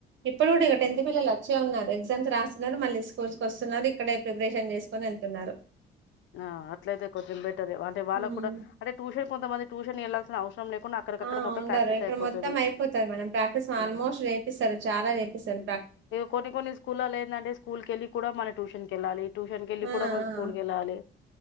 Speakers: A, on the right (about 70°); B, on the left (about 70°).
A: ఇప్పుడు కూడా ఇక టెన్త్ పిల్లలు సుల్లో ఉన్నారు ఎగ్జామ్స్ రాస్తున్నారు మళ్ళీ స్కూల్స్ కి వస్తున్నారు ఇక్కడే ప్రిపరేషన్ చేసుకొని వెళ్తున్నారు
B: ఆ అట్లయితే కొంచెం బెటర్ అంటే వాళ్ళకు
A: ఉమ్.
B: కూడా అంటే ట్యూషన్ కొంతమంది ట్యూషన్ వెళ్ళాల్సిన అవసరం లేకుండా అక్కడికక్కడ
A: ఆ
B: మొత్తం
A: ఉండరు
B: ప్రాక్టీస్
A: ఇక్కడ
B: అయిపోతది
A: మొత్తం అయిపోతయి మేడం ప్రాక్టీస్ ఆల్మోస్ట్
B: ఆ
A: నేర్పిస్తారు చాలా నేర్పిస్తారు
B: కొన్ని కొన్ని స్కూల్లలో ఎందంటే స్కూల్ కెళ్ళి కూడా మన ట్యూషన్ కెల్లాలి ట్యూషన్కి వెళ్ళి
A: ఆ ఆ
B: కూడా స్కూల్ కెళ్ళాలి